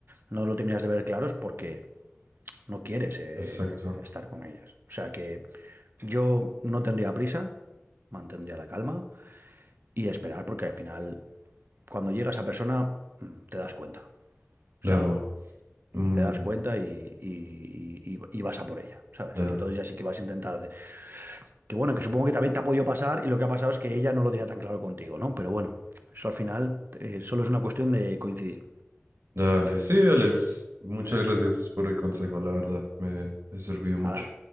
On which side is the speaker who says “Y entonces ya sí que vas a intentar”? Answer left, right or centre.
Right